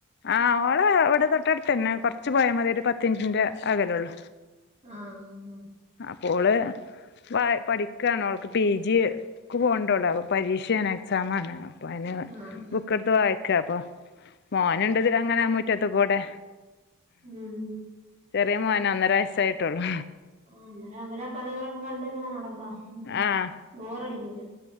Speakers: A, on the left; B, on the right.
A: ആഹ് ഓളെ ഇവിടെ തൊട്ടടുത്ത് തന്നെ കൊർ ച്ച് പോയാ മതി ഒരു പത്ത് മിൻറ്റിന്റെ അകലൊള്ളു.
B: ആഹ് ആഹ് ആഹ്
A: അപ്പോ ഒള് പഠി പഠിക്കുക്യാണോ ഒൾക്ക് പി ജിക്ക് പോകേണ്ടേ ഒള്ളൂ അപ്പേ പരീക്ഷയാണ് എക്സാമാണ് അപ്പോ അയിന്
B: ആഹ് ആഹ്
A: ബുക്കെട്ത്ത് വായിക്ക്യയാ അപ്പം <unintelligible> മുറ്റത്ത് കൂടെ
B: ഉം
A: ചെറിയ മോനാ ഒന്നരാ വയസ്സായിട്ടേള്ളു
B: ആഹ് അന്നൊരം അവര് കളികളൊക്കെ കണ്ട് ഇങ്ങനെ നടക്കാം
A: ആഹ്
B: ബോറടിക്ക്യൂല്ലാ